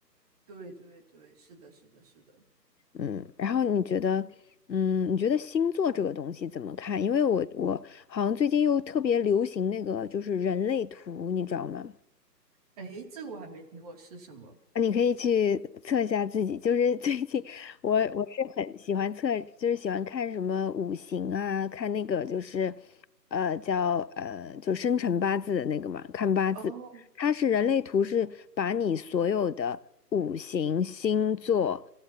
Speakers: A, on the right; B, on the left.
A: 对对对，是的，是的，是的。
B: 嗯，然后你觉得，嗯，你觉得星座这个东西怎么看？因为我我好像最近又特别流行那个就是人类图，你知道吗？
A: 哎，这个我还没听过，是什么？
B: 你可以去测一下自己，就是最近我我是很喜欢测，就是喜欢看什么五行啊，看那个就是，呃，叫呃就生辰八字的那个嘛，看八字，
A: 哦，
B: 它是人类图是把你所有的五行、星座，